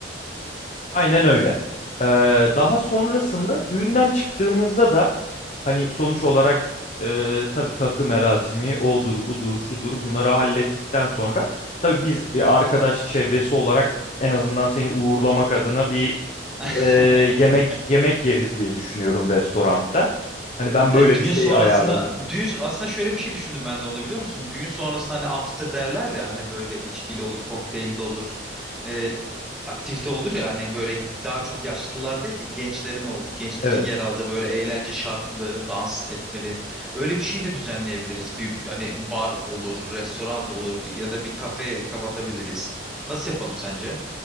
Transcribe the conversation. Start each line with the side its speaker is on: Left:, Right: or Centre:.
Left: Aynen öyle. Ee, daha sonrasında düğünden çıktığımızda da hani sonuç olarak e, tabii takı merasimi odur budur şudur bunları hallettikten sonra tabii biz bir arkadaş çevresi olarak en azından seni uğurlamak adına bir
Centre: <laughs>
Left: e, yemek yemek yeriz diye düşünüyorum restoranda. Hani ben
Centre: Ya
Left: böyle
Centre: düğün
Left: bir şey
Centre: sonrasında
Left: ayarladım.
Centre: düğün aslında şöyle bir şey düşündüm ben de onda biliyor musun? Düğün sonrasında hani after derler ya hani böyle içkili olur, kokteylli olur. Ee, aktivite olur ya hani böyle daha çok yaşlılar değil de gençlerin ol, gençlerin
Left: Evet.
Centre: yer aldığı böyle eğlence şarkılı, dans etmeli. Öyle bir şey de düzenleyebiliriz. Bir hani bar olur, restoran olur ya da bir kafe kapatabiliriz. Nasıl yapalım sence?